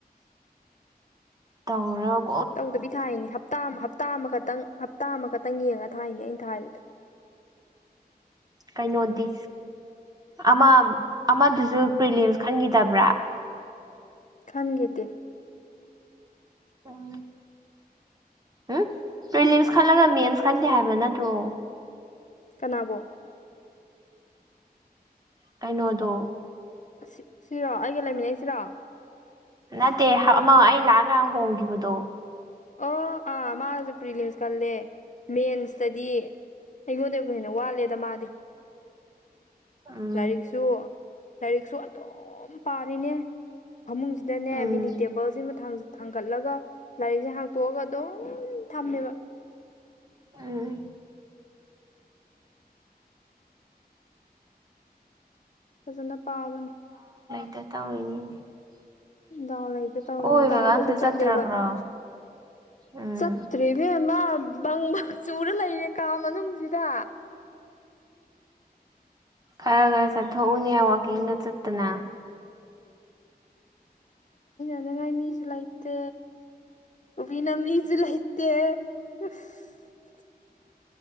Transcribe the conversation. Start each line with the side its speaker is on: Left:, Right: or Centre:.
Right: ꯇꯧꯔꯞ
Left: ꯇꯧꯗꯕꯤ ꯊꯥꯏꯅꯤ ꯍꯞꯇꯥ ꯍꯞꯇꯥ ꯑꯃꯈꯛꯇꯪ ꯍꯞ ꯇꯥ ꯑꯃꯈꯛꯇꯪ ꯌꯦꯡꯉ ꯊꯥꯏꯅꯦ ꯑꯩꯅ ꯊꯥꯔꯤꯗꯣ꯫
Right: ꯀꯩꯅꯣꯗꯤ ꯑꯃ ꯑꯃꯗꯨꯁꯨ ꯄ꯭ꯔꯤꯂꯤꯝꯁ ꯈꯟꯒꯤꯗꯕ꯭ꯔꯥ?
Left: ꯈꯟꯒꯤꯗꯦ
Right: ꯎꯝ ꯎꯝ ꯄ꯭ꯔꯤꯂꯤꯝꯁ ꯈꯜꯂꯒ ꯃꯦꯟꯁ ꯈꯟꯗꯦ ꯍꯥꯏꯕ ꯅꯠꯇ꯭ꯔꯣ?
Left: ꯀꯅꯥꯕꯣ?
Right: ꯀꯩꯅꯣꯗꯣ
Left: ꯁꯤ ꯁꯤꯔꯣ ꯑꯩꯒ ꯂꯩꯃꯤꯟꯅꯩꯁꯤꯔꯣ?
Right: ꯅꯠꯇꯦ ꯑꯃ ꯑꯩ ꯂꯥꯛꯑꯀꯥꯟ ꯍꯣꯡꯒꯤꯕꯗꯣ꯫
Left: ꯑꯣ ꯑꯥ ꯃꯥꯁꯨ ꯄ꯭ꯔꯤꯂꯤꯝꯁ ꯈꯜꯂꯦ ꯃꯦꯟꯁꯇꯗꯤ ꯑꯩꯉꯣꯟꯗꯩꯕꯨ ꯍꯦꯟꯅ ꯋꯥꯠꯂꯦꯗ ꯃꯥꯗꯤ
Right: ꯎꯝ
Left: ꯂꯥꯏꯔꯤꯛꯁꯨ ꯂꯥꯏꯔꯤꯛꯁꯨ ꯑꯗꯨꯝ ꯄꯥꯔꯤꯅꯦ꯫ ꯐꯃꯨꯡꯁꯤꯗꯅꯦ
Right: ꯎꯝ
Left: ꯃꯤꯅꯤ ꯇꯦꯕꯜꯁꯤꯃ ꯊꯥꯡ ꯊꯥꯡꯀꯠꯂꯒ ꯂꯥꯏꯔꯤꯛꯁꯦ ꯍꯥꯡ ꯇꯣꯛꯑꯒ ꯑꯗꯨꯝ ꯊꯝꯃꯦꯕ
Right: ꯎꯝ
Left: ꯐꯖꯅ ꯄꯥꯕꯅꯦ
Right: <unintelligible>
Left: ꯗꯥꯎ ꯂꯩꯇ ꯇꯧꯔꯤꯅꯤ
Right: ꯀꯣꯏꯕꯒ
Left: ꯗꯥꯎꯗꯁꯨ
Right: ꯑꯝꯇ
Left: ꯆꯠꯂꯦꯕ
Right: ꯆꯠꯇ꯭ꯔꯕ꯭ꯔꯣ ꯎꯝ
Left: ꯆꯠꯇ꯭ꯔꯦ ꯏꯕꯦꯝꯃꯥ ꯕꯪ ꯆꯨꯔ ꯂꯩꯌꯦ ꯀꯥ ꯃꯅꯨꯡꯁꯤꯗ
Right: ꯈꯔ ꯈꯔ ꯆꯠꯊꯣꯛꯎꯅꯦ ꯋꯥꯛꯀꯤꯡꯒ ꯆꯠꯇꯅ
Left: ꯍꯅꯤꯡꯉꯥꯏ ꯃꯤꯁꯨ ꯂꯩꯇꯦ ꯄꯨꯕꯤꯅꯝ ꯃꯤꯁꯨ ꯂꯩꯇꯦ ꯎꯨꯏꯁ